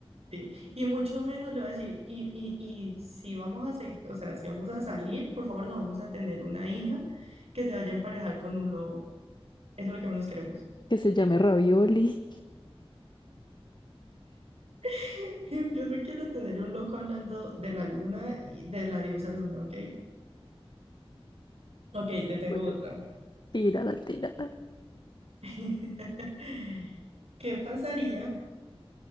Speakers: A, on the right; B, on the left.
A: sí, y mucho menos le voy a decir, y, y, y si vamos a seguir, o sea, si vamos a salir, por favor no vamos a tener una hija que se vaya a emparejar con un lobo. Eso es lo que menos queremos.
B: que se llame Ravioli.
A: <laughs> Yo no quiero tener un loco hablando de la luna y de la diosa luna, ¿ok? Ok, te tengo
B: Bueno,
A: otra.
B: tírala, tírala.
A: <laughs> ¿Qué pasaría?